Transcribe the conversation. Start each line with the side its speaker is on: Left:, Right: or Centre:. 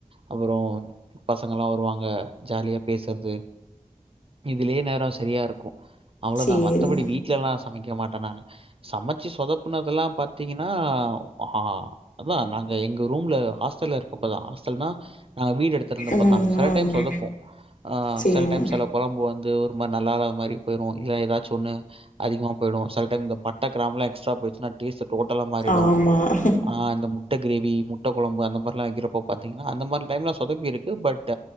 Right: அப்புறோ பசங்கல்லா வருவாங் ங்க ஜாலியா பேசுறது இதுலியே நேரோ செரியா இருக்கு அவ்ளோதா
Left: சரிங்க
Right: மத்தபடி வீட்லா எல்லா சமைக்க மாட்டே நானு சமைச்சி சொதப்புனது எல்லா பாத்தீங்கன்னா ஆ அதா நாங்க எங்க ரூம்ல ஹாஸ்டல்ல இருக்கப்பதா ஹாஸ்டல்னா ஆ வீடு எடுத்திருந்தப்பதா
Left: ம்
Right: செல
Left: ம்
Right: டைம்சொதப்பு ஆ
Left: சரிங்க
Right: செல டைம் செல கொழம்பு வந் இது ஒரு மாரி நல்லாதா மாரி போயிரு இல்ல ஏதாச்சு ஒன்னு அதிகமா போயிடு செல டைம் இந்த பட்டா கிராம்புலா எக்ஸ்ட்ரா போய்ச்சின்னா டேஸ்ட் டோட்டலா மாறிடு
Left: ஆமாம்
Right: ஆ அந்த முட்ட கிரேவி முட்ட கொழம்பு அந்த மாரில்லா வக்கிறப்ப பாத்தீங்கன்னா அந்த மாரி டைம்லா சொதப்பி இருக்கு பட் த